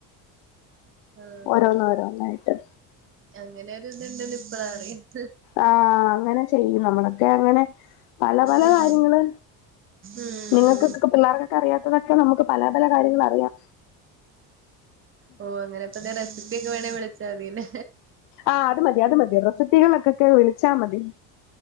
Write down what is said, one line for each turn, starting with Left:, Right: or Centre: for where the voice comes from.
Right: ആഹ്
Left: ഓരോന്ന് ഓരോന്നായിട്ട്
Right: അങ്ങനെ <unintelligible>
Left: ആഹ് അങ്ങനെ ചെയ്യും നമ്മളൊക്കെയങ്ങനെ പല പല
Right: ഉം
Left: കാര്യങ്ങള്
Right: ഉം
Left: നിങ്ങക്കെക്ക പിള്ളേറകാ കറിയാത്തതൊക്കെ നമുക്ക് പല പല കാര്യങ്ങളറിയാം
Right: ഓ അങ്ങനെ പ്പെന്തേ റെസിപ്പിയൊക്കെ വേണേ വിളിച് ച്ചാതിയെന്നെ
Left: ആഹ് അത് മതി അത് മതി റെസിപ്പികളൊക്കൊക്കെ വിളിച്ചാ മതി